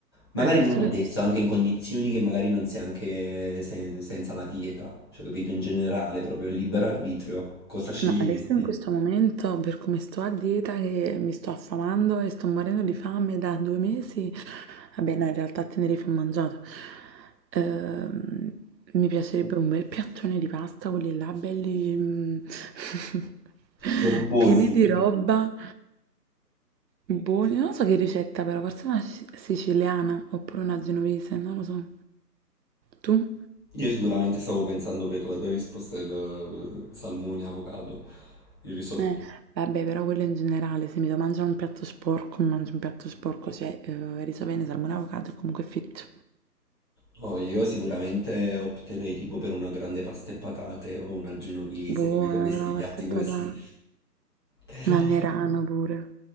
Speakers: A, on the left (about 15°); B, on the right (about 85°).
A: Magari
B: adesso,
A: non adesso,
B: per quest-
A: anche in condizioni che magari non sei anche eh, se- senza la dieta. Cioè, capito, in generale, proprio in libero arbitrio. Cosa sceglieresti?
B: no, adesso in questo momento, per come sto a dieta, che mi sto affamando e sto morendo di fame da due mesi, Vabbè, no, in realtà a Tenerife ho mangiato. Ehm, mi piacerebbe un bel piattone di pasta, quelli là belli mm, <laughs>
A: Corposi.
B: pieni di roba, buoni. Non lo so che ricetta però, forse una si- siciliana oppure una genovese, non lo so. Tu?
A: Io sicuramente stavo pensando per la tua risposta il eh, salmone, avocado, il risotto.
B: Eh, vabbè, però quello in generale, se mi devo mangiare un piatto sporco, mi mangio un piatto sporco, cioè eh, riso bene, salmone, avocado e comunque fitto.
A: No, io sicuramente opterei tipo per una grande pasta e patate o una genovese,
B: Buona
A: capito? Questi
B: però
A: piatti
B: la pasta e
A: così.
B: patate.
A: Però,
B: Un anerano pure.